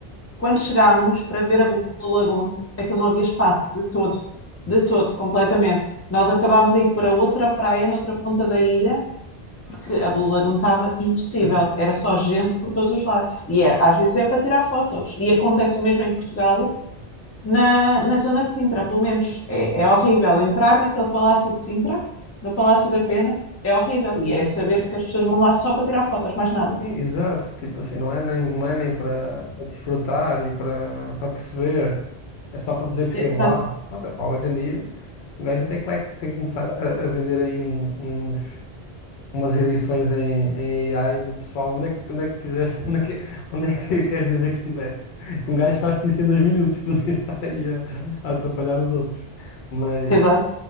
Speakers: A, on the left; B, on the left.
A: Quando chegámos para ver a Blue Lagoon, aquilo não havia espaço de todo, de todo, completamente. Nós acabámos a ir para outra praia, noutra ponta da ilha, porque a Blue Lagoon estava impossível.
B: Sim.
A: Era só gente por todos os lados. E é- às vezes é para tirar fotos. E acontece o mesmo em Portugal na, na zona de Sintra, pelo menos. É, é horrível entrar naquele Palácio de Sintra, no Palácio da Pena, é horrível. E é saber que as pessoas vão lá só para tirar fotos, mais nada.
B: exato, tipo assim, não é nem, não é nem para para desfrutar e para para perceber, é só para dizer que esteve
A: Exato,
B: lá. Mas é hoje em dia, um gajo até como é que tem que começar a, a vender aí um- uns. umas edições em, em AI de pessoal, onde é que, onde é que quiseste, <laughs> onde é que, onde é que queres dizer que estiveste? Que um gajo faz-te isso em dois minutos, <laughs> podia estar aí a, a atrapalhar os outros. Mas,
A: exato,